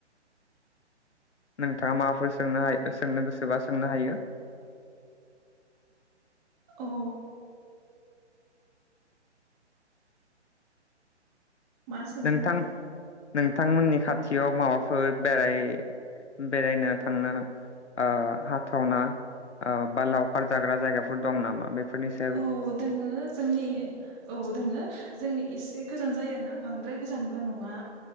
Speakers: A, on the left; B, on the right.
A: नोंथाङा माबाफोर सोंनोहाय सोंनो गोसोबा सोंनो हायो
B: औ मा सोंगोन
A: नोंथां
B: आं
A: नोंथांमोननि खाथियाव माबाफोर बेराय बेरायनो थांनो ओ हाथावना ओ बा लावखार जाग्रा जायगाफोर दं नामा बेफोरनि स
B: औ दोङो जोंनि औ दोङो जोंनि एसे गोजान जायोनो आ बांद्राय गोजानबो नङा